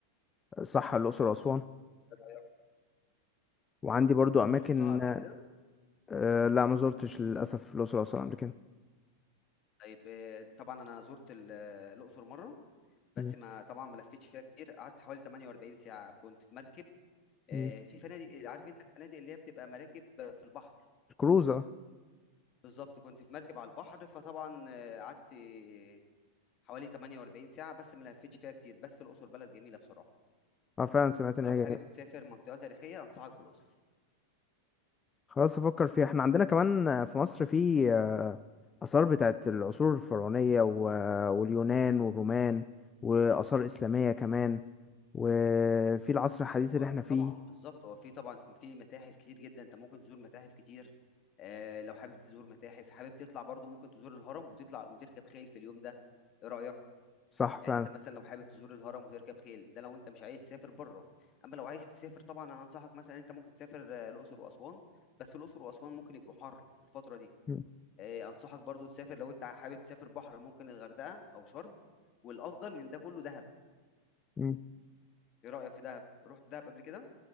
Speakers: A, on the left (about 20°); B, on the left (about 35°).
A: صح الاقصر واسوان
B: إيه رأيك
A: وعندي برضو اماكن
B: زرتها قبل كده
A: آه، لا ما زرتش للاسف الاقصر واسوان قبل كده
B: طيب آه، طبعا انا زرت ال- آه، الأقصر مرة بس
A: مم.
B: ما طبعا ما لفتش فيها كتير قعدت حوالي 48 ساعة كنت في مركب آه،
A: مم.
B: في فنادق عارف انت الفنادق اللي هي بتبقى مراكب في البحر
A: الكروزه
B: بالظبط كنت في مركب على البحر فطبعا آه، قعدت آه، حوالي 48 ساعة بس ما لفتش فيها كتير بس الأقصر بلد جميلة بصراحة
A: اه فعلا سمعت ان
B: فلو
A: هي
B: حابب
A: جميله
B: تسافر منطقة تاريخية أنصحك بالأقصر
A: خلاص افكر فيها احنا عندنا كمان في مصر في آه، اثار بتاعت العصور الفرعونيه و- آه، واليونان والرومان واثار اسلاميه كمان وفي العصر الحديث
B: هو
A: اللي احنا فيه
B: طبعا بالظبط هو في طبعا في متاحف كتير جدا انت ممكن تزور متاحف كتير آه، لو حابب تزور متاحف حابب تطلع برضو ممكن تزور الهرم وتطلع وتركب خيل في اليوم ده ايه رأيك
A: صح فعلا
B: يعني انت مثلا لو حابب تزور الهرم وتركب خيل ده لو انت مش عايز تسافر بره اما لو عايز تسافر طبعا انا انصحك مثلا انت ممكن تسافر آه، الاقصر واسوان بس الاقصر واسوان ممكن يبقوا حر الفتره دي
A: مم.
B: آه، انصحك برضو تسافر لو انت حابب تسافر بحر ممكن الغردقه او شرم والافضل من ده كله دهب
A: مم.
B: ايه رايك في دهب رحت دهب قبل كده